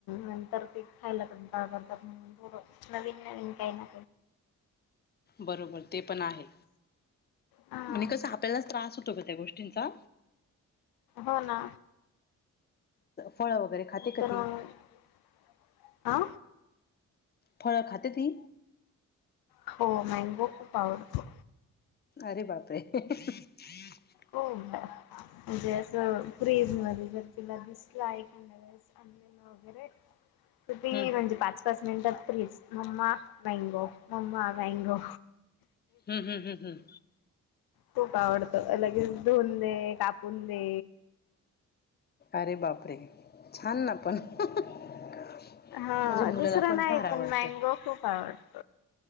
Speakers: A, on the left (about 75°); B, on the left (about 25°).
A: नंतर ती खायला कंटाळा करतात मग पोरं. नवीन नवीन काही ना
B: बरोबर ते पण आहे.
A: हा
B: <inaudible> आणि कस आपल्यालाच त्रास होतो ग त्या गोष्टींचा.
A: हो ना.
B: फळ वगैरे खाते
A: नंतर
B: का ती?
A: मग, <inaudible> आ
B: फळं खाते ती.
A: हो. मॅंगो खूप आवडतो.
B: अरे बाप रे. <unintelligible> <inaudible>
A: हो. म्हणजे असं फ्रीज मध्ये जर तिला दिसला <inaudible> कंदील वगैरे तर ती
B: हम्म
A: म्हणजे पाच पाच मिनटात फ्रीज, मम्मा मॅंगो, मम्मा मॅंगो.
B: हम् हम्म हं हं.
A: खूप आवडतो. लगेच धुन दे, कापून दे.
B: अरे बापरे! छान ना पण. <inaudible>
A: हा
B: माझ्या मुलाला
A: दुसरं नाही,
B: फार आवडतं.
A: पण मँगो खूप आवडत